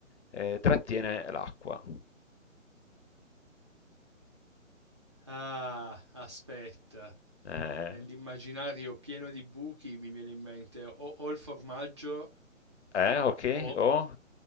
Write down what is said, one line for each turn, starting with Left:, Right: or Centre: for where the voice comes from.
Left: eh, trattiene l'acqua.
Right: Ah, aspetta.
Left: Eh,
Right: Nell'immaginario pieno di buchi mi viene in mente o, o il formaggio
Left: eh, ok,
Right: o,
Left: oh.